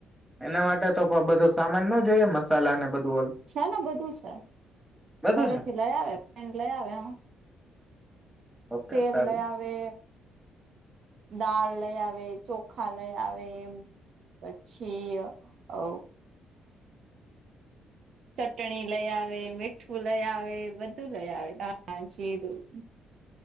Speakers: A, in the centre; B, on the right.
A: એના માટે તો કો બધો સામાન ન જોઈએ મસાલાને બધું ઓલ
B: છે ને બધું છે.
A: બધું
B: ઘરેથી
A: છે
B: લઈ આવે ફ્રેડ લઈ આવે હહ.
A: ઓકે
B: તેલ
A: સારું
B: લઈ આવે. દાળ લઈ આવે, ચોખા લઈ આવે એમ. પછી અ ચટણી લઈ આવે, મીઠું લઈ આવે, બધું લઈ આવે. હા હા જીરું.